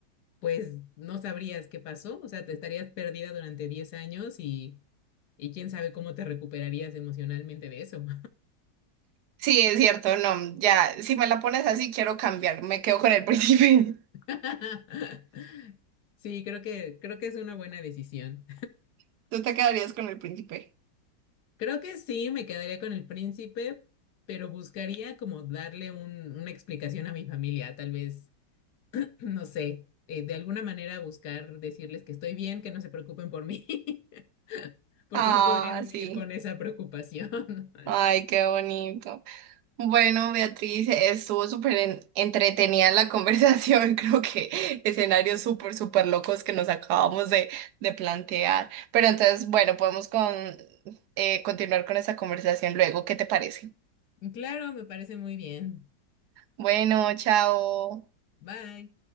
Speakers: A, on the left; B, on the right.
A: pues no sabrías qué pasó, o sea, te estarías perdida durante 10 años y y quién sabe cómo te recuperarías emocionalmente de eso.
B: Sí, es cierto, no, ya, si me la pones así, quiero cambiar, me quedo con el príncipe.
A: <laughs> Sí, creo que, creo que es una buena decisión.
B: <laughs> ¿Tú te quedarías con el príncipe?
A: Creo que sí, me quedaría con el príncipe, pero buscaría como darle un- una explicación a mi familia, tal vez, <clears throat> no sé, eh, de alguna manera buscar decirles que estoy bien, que no se preocupen por mí, <laughs> porque
B: Ah,
A: no podría vivir
B: sí.
A: con esa preocupación. <laughs>
B: Ay, qué bonito. Bueno, Beatriz, estuvo súper en- entretenida la conversación. <laughs> Creo que escenarios súper, súper locos que nos acabamos de, de plantear. Pero entonces, bueno, podemos con, eh, continuar con esta conversación luego. ¿Qué te parece?
A: Claro, me parece muy bien.
B: Bueno, chao.
A: Bye.